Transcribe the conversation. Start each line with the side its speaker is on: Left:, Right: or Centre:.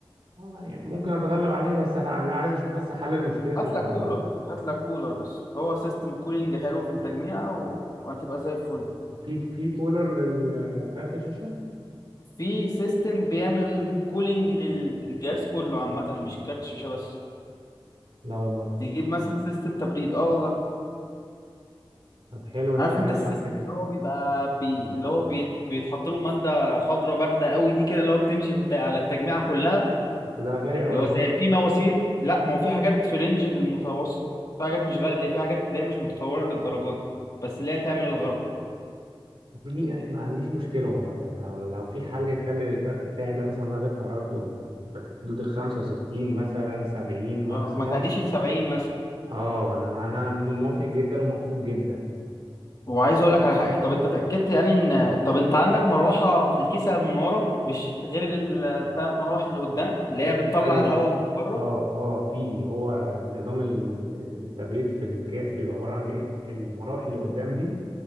Right: آه، يعني ممكن اتغلب عليها بس ح- انا لا عايز اشوف بس حل لمشكله
Left: هات
Right: الحراره
Left: لك كولر هات لك كولر بس هو سيستم كولينج حلو في التجميع و... وهتبقى زي الفل
Right: في في كولر للكارت الشاشه
Left: في سيستم بيعمل كولينج للجهاز كله عامة مش كارت شاشة بس
Right: لا والله
Left: تجيب مثلا سيستم تبريد اه والله
Right: طب حلو ده
Left: عارف
Right: انا
Left: انت
Right: عايز
Left: السيستم
Right: اعمل كده
Left: اللي هو بيبقى بي... اللي هو بيت... بيتحط له مادة خضراء باردة قوي دي كده اللي هو بتمشي في الت... على التجميعة كلها
Right: بس ده غالي قوي
Left: بيبقى
Right: يا معلم
Left: زي في مواسير لا ما هو في حاجات في رينج المتوسط في حاجات مش غالية في حاجات اللي هي مش متطورة للدرجات دي، بس اللي هي تعمل الغرض
Right: دي يعني ما عنديش مشكله والله يعني لو لو في حل يخلي الكارت بتاعي ده مثلا درجه حرارته في حدود ال 65 مثلا 70 ماكسيموم
Left: اه ما تعديش السبعين
Right: اه انا انا موافق جدا ومبسوط جدا
Left: وعايز اقول لك على حاجه طب انت اتاكدت يعني ان طب انت عندك مروحه في الكيسه من ورا مش غير الثلاث مراوح اللي قدام اللي
Right: بص
Left: هي بتطلع
Right: ايوه
Left: الهواء من بره
Right: اه اه في هو نظام ال- التبريد في الكاس بيبقى عباره عن ايه المراوح اللي قدام دي